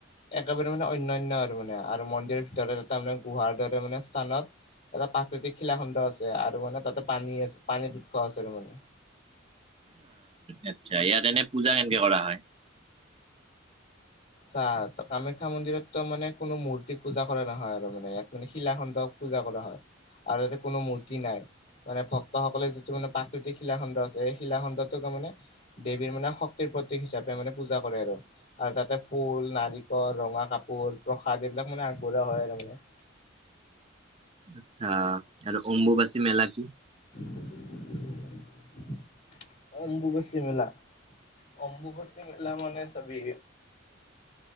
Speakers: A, on the left; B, on the right.
A: একেবাৰে মানে অন্যান্য আৰু মানে আৰু মন্দিৰৰ ভিতৰত তাৰমানে গুহাৰ দৰে মানে স্থানত এটা প্ৰাকৃতিক শিলাখণ্ড আছে আৰু মানে তাতে পানী আছে, পানী উৎস আছে আৰু মানে।
B: আচ্ছা, ইয়াত এনে পূজা কেনেকে কৰা হয়?
A: চা কামাখ্যা মন্দিৰত তোৰ মানে কোনো মূৰ্তি পূজা কৰা নহয় আৰু মানে ইয়াত মানে শিলাখণ্ডক পূজা কৰা হয়। আৰু ইয়াতে কোনো মূৰ্তি নাই। মানে ভক্তসকলে যিটো মানে প্ৰাকৃতিক শিলাখণ্ড আছে, সেই শিলাখণ্ডটোকে মানে দেৱীৰ মানে শক্তিৰ প্ৰতীক হিচাপে মানে পূজা কৰে আৰু তাতে ফুল, নাৰিকল, ৰঙা কাপোৰ, প্ৰসাদ এইবিলাক মানে আগবঢ়োৱা হয় আৰু মানে।
B: আচ্ছা, আৰু অম্বুবাচী মেলা কি?
A: <inaudible> অম্বুবচি মেলা, অম্বুবচি মেলা মানে চাবি